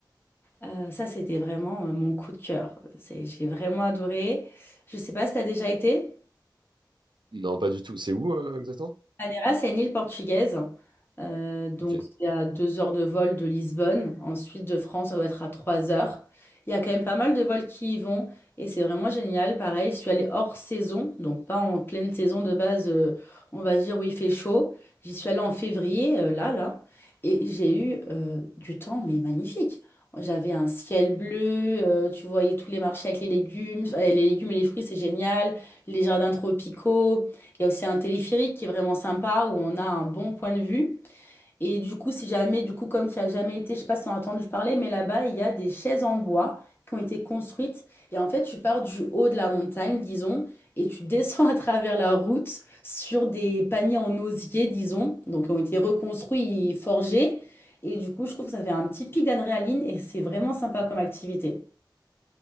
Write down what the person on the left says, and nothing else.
Euh, ça, c'était vraiment euh, mon coup de cœur. C'est, j'ai vraiment adoré. Je sais pas si tu as déjà été.
Madeira, c'est une île portugaise. Euh, donc,
c'est à deux heures de vol de Lisbonne. Ensuite, de France, ça doit être à trois heures. Il y a quand même pas mal de vols qui y vont. Et c'est vraiment génial. Pareil, je suis allée hors saison, donc pas en pleine saison de base, euh, on va dire où il fait chaud. J'y suis allée en février, euh, là, là. Et j'ai eu euh, du temps, mais magnifique. J'avais un ciel bleu, euh, tu voyais tous les marchés avec les légumes. Euh, Les légumes et les fruits, c'est génial. Les jardins tropicaux. Il y a aussi un téléphérique qui est vraiment sympa où on a un bon point de vue. Et du coup, si jamais, du coup, comme tu as jamais été, je sais pas si tu as entendu parler, mais là-bas, il y a des chaises en bois qui ont été construites. Et en fait, tu pars du haut de la montagne, disons, et tu descends <laughs> à travers la route sur des paniers en osier, disons, donc qui ont été reconstruits et forgés. Et du coup, je trouve que ça fait un petit pic d'adrénaline et c'est vraiment sympa comme activité.